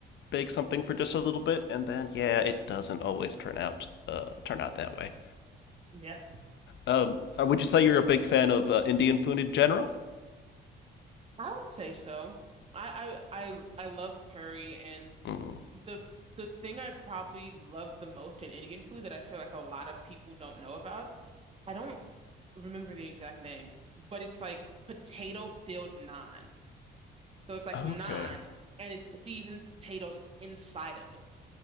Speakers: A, on the left; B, on the right.
A: bake something for just a little bit, and then yeah, it doesn't always turn out uh, turn out that way.
B: Yeah.
A: Um, uh, would you say you're a big fan of uh, Indian food in general?
B: I would say so. I, I, I, I love curry and
A: Mm.
B: the the thing I probably love the most in Indian food that I feel like a lot of people don't know about I don't remember the exact name, but it's like potato filled naan. So it's like
A: Okay.
B: naan and it's seasoned potatoes inside of it.